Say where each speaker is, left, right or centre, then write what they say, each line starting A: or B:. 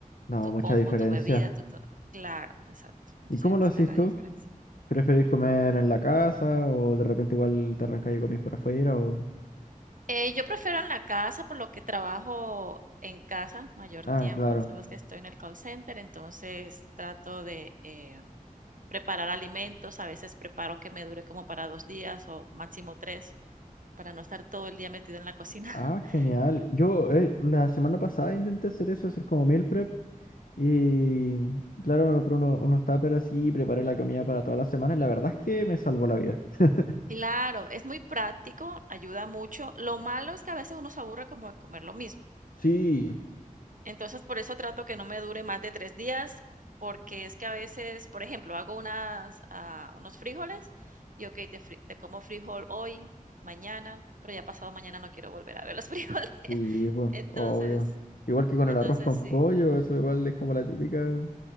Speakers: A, on the left (about 75°); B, on the right (about 65°).
A: No,
B: tu
A: mucha
B: combo,
A: diferencia.
B: tu bebida, tu todo. Claro, exacto. Entonces
A: ¿Y cómo
B: ahí donde
A: lo haces
B: está la
A: tú?
B: diferencia.
A: ¿Preferís comer en la casa o de repente igual te arrancas y comís por afuera o...?
B: Eh, yo prefiero en la casa, por lo que trabajo en casa mayor
A: Ah,
B: tiempo.
A: claro.
B: Sabes que estoy en el call center, entonces trato de eh, preparar alimentos. A veces preparo que me dure como para dos días o máximo tres, para no estar todo el día metido en la cocina.
A: Ah, genial.
B: <laughs>
A: Yo eh, la semana pasada intenté hacer eso, hacer como meal prep. Y claro, me compré uno- unos tuppers así y preparé la comida para toda la semana. Y la verdad es que me salvó la vida. <laughs>
B: Claro, es muy práctico, ayuda mucho. Lo malo es que a veces uno se aburre como de comer lo mismo.
A: Sí,
B: Entonces, por eso trato que no me dure más de 3 días, porque es que a veces, por ejemplo, hago unas, ah, unos frijoles y, okey, te fri te como frijol hoy, mañana, pero ya pasado mañana no quiero volver a ver los <laughs> frijoles.
A: sí, pues,
B: Entonces
A: obvio. Igual que con
B: entonces
A: el arroz con
B: sí.
A: pollo, eso igual es como la típica,